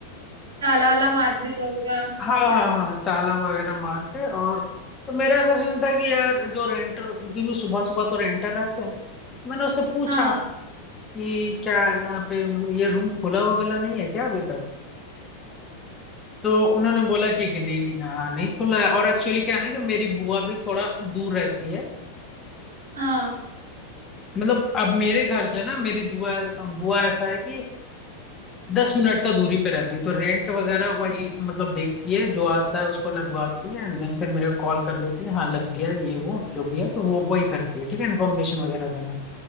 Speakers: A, on the right; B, on the left.
A: ताला वाला मार दिया होगा
B: हाँ हाँ
A: क्या
B: हाँ ताला वगैरह मार के और तो मेरा ऐसा सीन था कि यार जो रेंटर क्योंकि सुबह सुबह तो रेंटर रहते हैं तो मैंने उससे पूछा
A: हाँ
B: कि क्या यहाँ पे मतलब ये रूम खुला वगैरह नहीं है क्या अभी तक तो उन्होंने बोला कि, कि नहीं नहीं हाँ नहीं खुला है और एक्चुअली क्या है ना कि मेरी बुआ भी थोड़ा दूर रहती है
A: हाँ
B: मतलब अब मेरे घर से ना मेरी बुआ बुआ ऐसा है कि दस मिनट का दूरी पे रहती है तो रेंट वगैरह वही मतलब देखती है जो आता है उसको लगवाती है एंड देन फिर मेरे को कॉल कर देती है हाँ लग गया ये वो जो भी है तो वो वही करती है ठीक है इन्फॉर्मेशन वगैरह देना